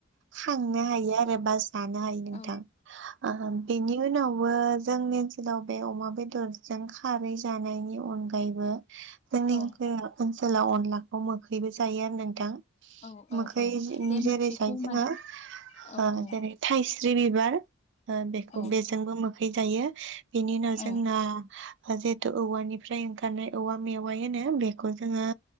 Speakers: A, on the right; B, on the left.
A: खांनो हायो आरो बा जानो हायो नोंथां।
B: औ
A: ओ बेनि उनावबो जोंनि हेलौ। बे अमा बेदरजों खारै जानायनि अनगा यैबो जोंनि
B: औ
A: ओनसोला
B: औ
A: ओनसोलाव अनलाखौ मोखैबो जायो आरो नोंथां।
B: नोंथां औ औ
A: मोखै
B: औ
A: जे
B: बे
A: जेरै
B: मोख्रिखौ
A: जाय जोंहा
B: माने औ
A: ओ
B: औ
A: जेरै थाइस्रि बिबार ओ बेखौ
B: औ
A: बेजोंबो मोखै जायो। बेनि उनाव
B: औ
A: जोंना जिहेतु औवानिफ्राय ओंखारनाय औवा मेवाइ होनो बेखौ जोङो